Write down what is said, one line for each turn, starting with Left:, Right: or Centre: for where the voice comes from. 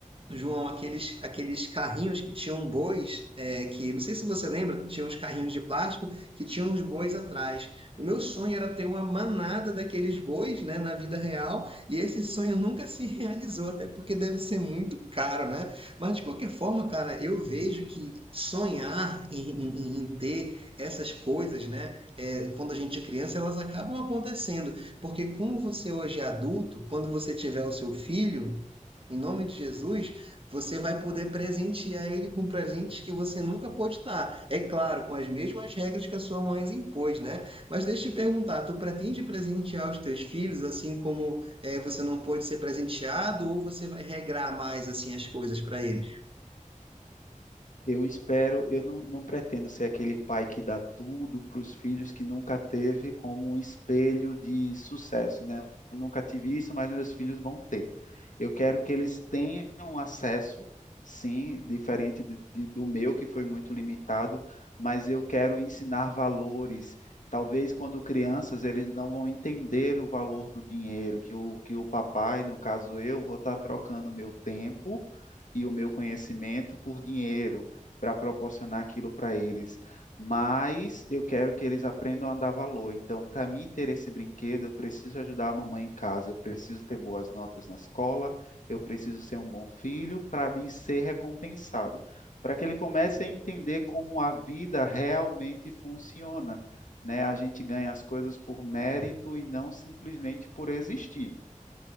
Right: João, aqueles, aqueles carrinhos que tinham bois, é, que não sei se você lembra, tinham os carrinhos de plástico que tinham os bois atrás. O meu sonho era ter uma manada daqueles bois, né, na vida real, e esse sonho nunca <laughs> se realizou, até porque deve ser muito caro, né? Mas de qualquer forma, cara, eu vejo que sonhar em, em- em ter essas coisas, né, é, quando a gente é criança, elas acabam acontecendo, porque como você hoje é adulto, quando você tiver o seu filho, em nome de Jesus, você vai poder presentear ele com presentes que você nunca pôde dar. É claro, com as mesmas regras que a sua mãe impôs, né? Mas deixa eu te perguntar, tu pretende presentear os teus filhos assim como eh, você não pôde ser presenteado ou você vai regrar mais assim as coisas para eles?
Left: Eu espero, eu não, não pretendo ser aquele pai que dá tudo para os filhos que nunca teve como um espelho de sucesso, né? Eu nunca tive isso, mas meus filhos vão ter. Eu quero que eles tenham acesso, sim, diferente de- de- do meu, que foi muito limitado, mas eu quero ensinar valores. Talvez quando crianças eles não vão entender o valor do dinheiro, que o, que o papai, no caso eu, vou estar trocando meu tempo e o meu conhecimento por dinheiro para proporcionar aquilo para eles, mas eu quero que eles aprendam a dar valor. Então, para mim ter esse brinquedo, eu preciso ajudar a mamãe em casa, eu preciso ter boas notas na escola, eu preciso ser um bom filho para mim ser recompensado, para que ele comece a entender como a vida realmente funciona, né? A gente ganha as coisas por mérito e não simplesmente por existir.